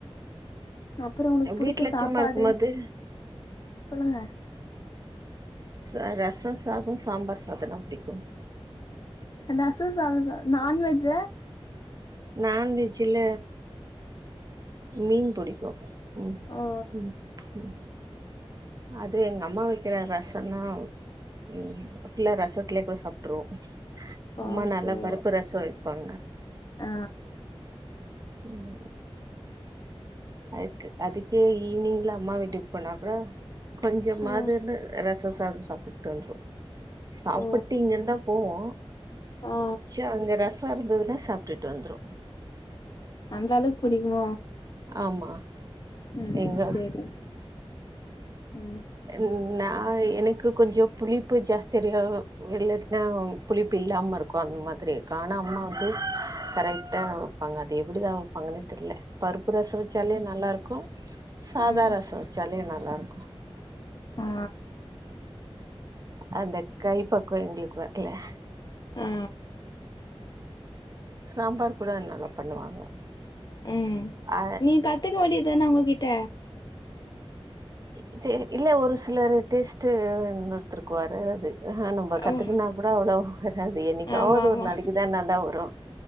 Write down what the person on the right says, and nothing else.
வீட்ல
சும்மா இருக்கும்போது
ஆ ரசோ சாதோ சாம்பார் சாதோனா பிடிக்கு
நான்வெஜ்ஜுல மீன் புடிக்கு ம்
ம் ம் அது எங்க அம்மா வக்கிற ரசன்னா ம் ஃபுல்லா ரசத்துலயே கூட சாப்டுருவோ
அம்மா நல்லா
பருப்பு ரசோ வெப்பாங்க
ம் அதுக்கு அதுக்கே ஈவ்னிங்ல அம்மா வீட்டுக்கு போனா கூட கொஞ்சமாதுனு
ரச சாதோ சாப்புடுவே <unintelligible> சாப்புட்டிங்கதா
போவோ
சேர் அங்க ர ருசார்ந்ததுனா சாப்டுட்டு வந்துருவோ
ஆமா
எங்க
என் நா எனக்கு கொஞ்சோ புளிப்பு ஜாஸ்தியா இருக்கு அ இல்லாட்டினா புளிப்பு இல்லாம இருக்கு அந்த மாதிரி இருக்கு ஆனா அம்மா வந்து கரெக்டா பாங்க அது எப்டிதா வைப்பாங்கன்னே தெரில பருப்பு ரசோ வச்சாலே நல்லாருக்கு சாதா
ரசோ வச்சாலு நல்லாருக்கு
அந்த கை பக்குவோ எங்களுக்கு வரல
சாம்பார் கூட நல்ல தா பண்ணுவாங்க
ஆ
இது இல்ல ஒரு சிலர் டேஸ்ட்டு இன்னொருத்தருக்கு வராது அஹ நம்ப கத்
அதுன்னா கூட அவ்ளோ வராது என்னைக்காவது
ஒரு நாளைக்குதா நல்லா வரு